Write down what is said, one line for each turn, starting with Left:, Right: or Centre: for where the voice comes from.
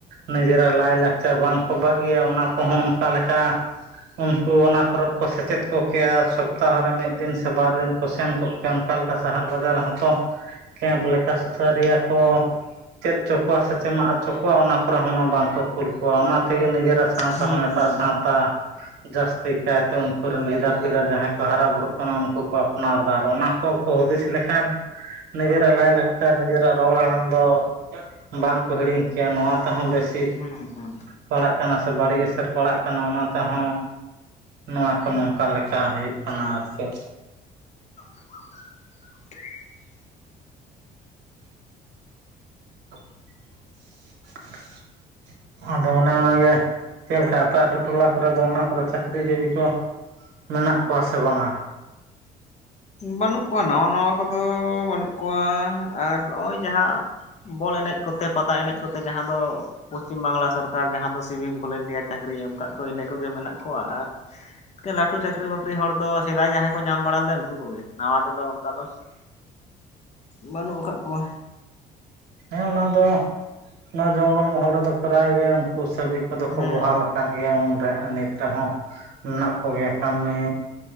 Right: ᱱᱤᱡᱮᱨᱟᱜ ᱞᱟᱭᱼᱞᱟᱠᱪᱟᱨ ᱵᱟᱝᱠᱚ ᱵᱟᱹᱜᱤᱭᱟ ᱚᱱᱟ ᱠᱚᱦᱚᱸ ᱚᱱᱠᱟ ᱞᱮᱠᱟ ᱩᱱᱠᱩ ᱚᱱᱟ ᱠᱚᱨᱮ ᱠᱚ ᱥᱮᱪᱮᱫ ᱠᱚᱜ ᱠᱮᱭᱟ ᱥᱚᱯᱛᱟ ᱨᱮ ᱢᱤᱫ ᱫᱤᱱ ᱥᱮ ᱵᱟᱨ ᱫᱤᱱ ᱠᱚ ᱥᱮᱱ ᱠᱚᱜ ᱠᱮᱭᱟ, ᱚᱱᱠᱟ ᱚᱠᱟ ᱞᱮᱠᱟ ᱥᱟᱦᱟᱨ ᱵᱟᱡᱟᱨ ᱨᱮ ᱦᱚᱸᱛᱚ ᱠᱮᱢᱯ ᱞᱮᱠᱟ ᱥᱩᱥᱟᱹᱨᱤᱭᱟ ᱠᱚ ᱪᱮᱫᱪᱚ ᱠᱚᱣᱟ ᱥᱮ ᱪᱮ ᱮᱢᱟᱜ ᱦᱚᱪᱚ ᱠᱚᱣᱟ ᱚᱱᱟ ᱠᱚᱨᱮ ᱦᱚᱸ ᱵᱟᱝᱠᱚ ᱠᱩᱞ ᱠᱚᱣᱟ ᱚᱱᱟ ᱛᱮᱜᱮ ᱱᱤᱡᱮᱨᱟᱜ ᱥᱟᱶᱛᱮ
Left: ᱦᱩᱸ
Right: ᱡᱚᱛᱚᱦᱚᱱ ᱮᱴᱟᱜ
Left: ᱦᱩᱸ
Right: ᱥᱟᱶᱛᱟ ᱡᱟᱹᱥᱛᱤ ᱠᱟᱭᱛᱮ ᱩᱱᱠᱩᱮᱱ ᱜᱤᱫᱟᱹᱨ ᱯᱤᱫᱟᱹᱨ ᱡᱟᱦᱟᱸᱭ ᱠᱚ ᱦᱟᱨᱟ ᱵᱩᱨᱩᱜ ᱠᱟᱱᱟ ᱩᱱᱠᱩ ᱠᱚ ᱟᱯᱱᱟᱨ ᱫᱟ ᱟᱨ ᱚᱱᱟ ᱠᱚ ᱦᱩᱫᱤᱥ ᱞᱮᱠᱷᱟᱱ ᱱᱤᱡᱮᱨᱟᱜ ᱞᱟᱭᱼᱞᱟᱠᱪᱟᱨ ᱱᱤᱡᱮᱨᱟᱜ ᱨᱚᱲ ᱟᱲᱟᱝ ᱫᱚ ᱵᱟᱝ ᱠᱚ ᱦᱤᱲᱤᱧ ᱠᱮᱭᱟ ᱱᱚᱣᱟ ᱛᱮᱦᱚᱸ ᱵᱮᱥ
Left: ᱦᱮᱸ ᱦᱮᱸ
Right: ᱯᱟᱲᱟᱜ ᱠᱟᱱᱟ ᱥᱮ ᱵᱟᱹᱲᱤᱡ ᱮᱥᱮᱨ ᱯᱟᱲᱟᱜ ᱠᱟᱱᱟ ᱚᱱᱟ ᱛᱮᱦᱚᱸ ᱱᱚᱣᱟ ᱠᱚ ᱱᱚᱝᱠᱟ ᱞᱮᱠᱟ ᱦᱩᱭᱩᱜ ᱠᱟᱱᱟ ᱟᱨ ᱪᱮᱫ
Left: <unintelligible>
Right: <unintelligible> ᱟᱫᱚ ᱚᱱᱮ ᱚᱱᱟᱜᱮ ᱪᱮᱫ ᱞᱮᱠᱟ ᱟᱹᱛᱩ ᱟᱹᱛᱩ ᱴᱚᱞᱟ ᱠᱚᱨᱮ ᱫᱚ ᱚᱱᱟ ᱠᱚᱨᱮ ᱪᱟᱹᱠᱨᱤ ᱡᱤᱵᱤ ᱠᱚ ᱢᱮᱱᱟᱜ ᱠᱚᱣᱟ ᱥᱮ ᱵᱟᱝᱼᱟ?
Left: ᱵᱟᱹᱱᱩᱜ ᱠᱚᱣᱟ ᱱᱟᱣᱟ ᱱᱟᱣᱟ ᱠᱚᱫᱚ ᱵᱟᱹᱱᱩᱜ ᱠᱚᱣᱟ ᱟᱨ ᱱᱚᱜᱼᱚᱭ ᱡᱟᱦᱟᱸ ᱵᱚᱞ ᱮᱱᱮᱡ ᱠᱚᱛᱮ ᱯᱟᱛᱟ ᱮᱱᱮᱡ ᱠᱚᱛᱮ ᱡᱟᱦᱟᱸ ᱫᱚ ᱯᱚᱥᱪᱤᱢ ᱵᱟᱝᱞᱟ ᱥᱚᱨᱠᱟᱨ ᱡᱟᱦᱟᱸ ᱫᱚ ᱥᱤᱵᱤᱠ ᱵᱷᱚᱞᱮᱱᱴᱤᱭᱟᱨ ᱪᱟᱹᱠᱨᱤᱭ ᱮᱢ ᱠᱟᱫ ᱠᱚᱣᱟ ᱟᱨ ᱞᱟᱹᱴᱩ ᱪᱟᱹᱠᱨᱤ ᱵᱟᱠ ᱦᱚᱲ ᱫᱚ ᱥᱮᱫᱟᱭ ᱡᱟᱦᱟᱸᱭ ᱠᱚ ᱧᱟᱢ ᱵᱟᱲᱟ ᱞᱮᱫᱮ ᱠᱚᱜᱮ ᱱᱟᱣᱟ ᱛᱮᱫᱚ ᱚᱱᱠᱟ ᱫᱚ ᱵᱟᱹᱱᱩᱜ ᱟᱠᱟᱫ ᱠᱚᱣᱟ᱾
Right: ᱦᱮᱸ ᱚᱱᱟ ᱫᱚ ᱚᱱᱟ ᱡᱚᱝᱜᱚᱞ ᱢᱚᱦᱚᱞ ᱨᱮᱫᱚ ᱯᱨᱟᱭ ᱜᱮ ᱩᱱᱠᱩ ᱪᱷᱚᱵᱤ ᱠᱚᱫᱚ ᱠᱚ
Left: ᱦᱮᱸ
Right: ᱵᱚᱦᱞᱟ ᱟᱠᱟᱱ ᱜᱮᱭᱟ᱾ ᱩᱱ ᱱᱤᱛ ᱨᱮᱦᱚᱸ ᱢᱮᱱᱟᱜ ᱠᱚᱜᱮᱭᱟ᱾ ᱠᱟᱹᱢᱤ